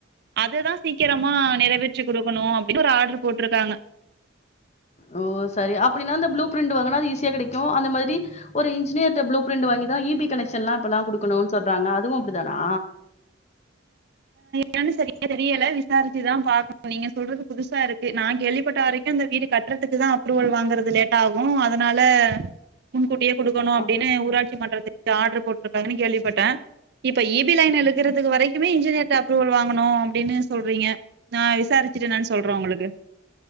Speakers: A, on the right (about 55°); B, on the left (about 35°).
A: அதுதா சீக்கிரமா நிறைவேற்றி குடுக்கணு அப்டின்னு ஒரு ஆட்ரு போட்ருக்காங்க
B: ஓ சரி அப்டின்னா அந்த ப்ளூ பிரிண்டு வாங்குனா அது ஈஸியா கெடைக்கு அந்த மாரி ஒரு இன்ஜினியர்ட ப்ளூ பிரிண்டு வாங்கிதா இ பி கனெக்ஷன்ல்லா இப்பல்லா குடுக்கணுனு சொல்றாங்க அதுவு அப்டிதானா <inaudible>
A: என்னன்னு சரியா தெரியல விசாரிச்சுதா பாக்கணு நீங்க சொல்றது புதுசா இருக்கு நா கேள்விப்பட்ட வரைக்கு இந்த வீடு கட்றதுக்குதா அப் அப்ரூவல் வாங்குறது லேட்டாகு அதனால முன்கூட்டியே குடுக்கணு
B: ஆ
A: அப்டின்னு ஊராட்சி மன்றத் ஆட்ரு போட்ருக்காங்கன்னு கேள்விபட்டே இப்ப இ பி லைன் இழுக்குறதுக்கு வரைக்குமே இன்ஜினியர் ட அப்ரூவல் வாங்கணு அப்டின்னு சொல்றீங்க நா விசாரிச்சுட்டு எனான்னு சொல்றே உங்களுக்கு